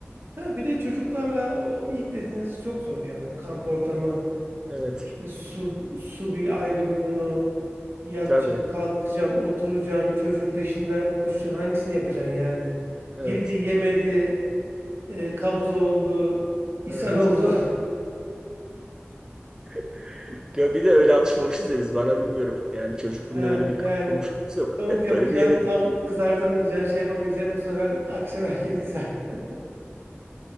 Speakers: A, on the right; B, on the right.
A: Tabii bir de çocuklarla o ilk dediğiniz çok zor yani o kamp ortamı
B: Evet
A: işte su su bir ayrı bir konu yatacaksın
B: tabii
A: kalkacaksın oturacaksın çocuğun peşinden koşacaksın hangisini yapacaksın yani
B: evet
A: yedi yemedi e, kabız oldu ishal
B: evet.
A: oldu
B: <laughs> Ya Bir de öyle alışmamışız ya biz bana bilmiyorum. Yani çocukluğumda
A: <laughs> ha,
B: öyle bir
A: yani
B: kamp kurmuşluğumuz yok.
A: tavuk
B: Hep
A: yapacaksın
B: böyle bir yere gittik.
A: tam kızartamayacaksın şey yapamayacaksın bu sefer akşam herkes ishal. <laughs>